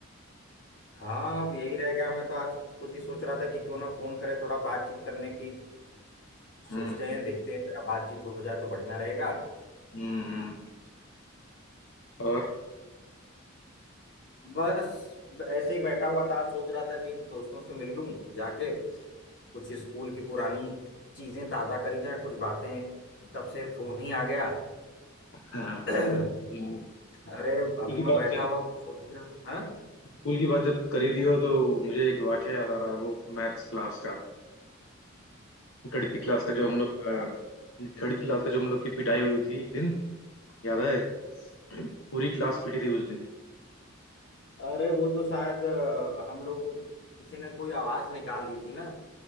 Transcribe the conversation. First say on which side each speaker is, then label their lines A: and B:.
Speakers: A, on the left; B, on the left.
A: हाँ अब यही रह गया मैं तो आज खुद ही सोच रहा था कि क्यों ना फोन करे थोड़ा बातचीत करने की सोचते
B: हम्म
A: हैं देखते हैं जरा बातचीत हो जाए तो बढ़िया रहेगा
B: हम्म हम्म। और
A: बस ब- ऐसे ही बैठा हुआ था सोच रहा था कि दोस्तों से मिलूं जाके कुछ स्कूल की पुरानी चीजें ताजा करी जाएं कुछ बातें तब से फोन ही आ गया
B: हाँ
A: <clears throat>
B: स्कूल
A: अरे अभी
B: की
A: मैं
B: बात
A: बैठा
B: चली
A: हुआ सोच ही रहा हाँ
B: स्कूल की बात जब करी दी हो तो मुझे एक वाक्य याद आ रहा है वो मैथ्स क्लास का गणित की क्लास का जो
A: कौन
B: हम लोग
A: सा
B: अ, गणित क्लास का जो हम लोग की पिटाई हुई थी एक दिन याद है पूरी क्लास पिटी थी उस दिन
A: अरे वो तो शायद अ, हम लोग किसी ने कोई आवाज निकाल दी थी ना